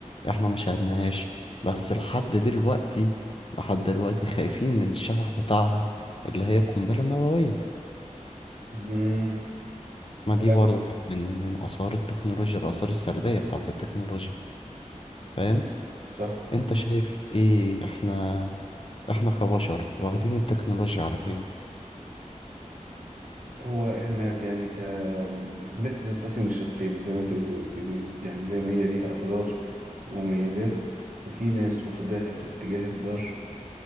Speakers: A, on the left; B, on the right.
A: إحنا ما شاهدناهاش بس لحد دلوقتي لحد دلوقتي خايفين من الشبح بتاعها اللي هي القنبلة النووية
B: مم.
A: ما
B: فعلا
A: دي برضو كانت من من آثار التكنولوجيا الآثار السلبية بتاعت التكنولوجيا فاهم
B: صح
A: انت شايف ايه احنا احنا كبشر واخدين التكنولوجيا على فين
B: هو احنا ك- يعني ك الناس بتنقسم لشقين زي ما انت بتقول في دي يعني زي ما هي ليها اضرار ومميزات ففي ناس واخداها في الاتجاه الضار